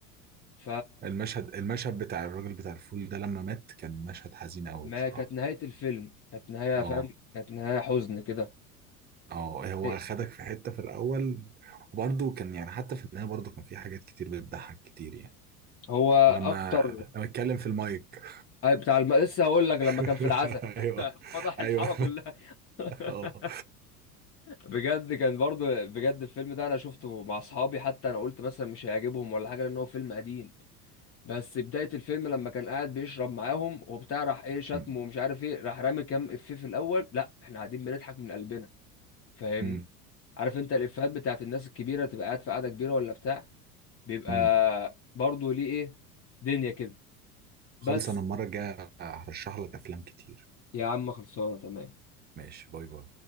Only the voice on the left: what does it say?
ف
ما
كانت نهاية الفيلم كانت نهاية
فاهم كانت نهاية حزن كده
إيه،
هو
أكتر
أي بتاع الم... لسه هقول لك لما
كان في العزا
<laughs> فضح
الحاره كلها <laughs>
بجد كان برضو بجد الفيلم ده انا شفته مع اصحابي حتى انا قلت مثلا مش هيعجبهم ولا حاجه لان هو فيلم قديم بس بدايه الفيلم لما كان قاعد بيشرب معاهم وبتاع راح ايه شتمه
ومش عارف ايه راح رامي كام افيه في الاول لا احنا قاعدين بنضحك من قلبنا فاهمني
عارف انت الافيهات بتاعت الناس الكبيره تبقى قاعد في قاعده كبيره ولا بتاع بيبقى
برضو ليه ايه دنيا كده
بس
يا عم خلصانه تمام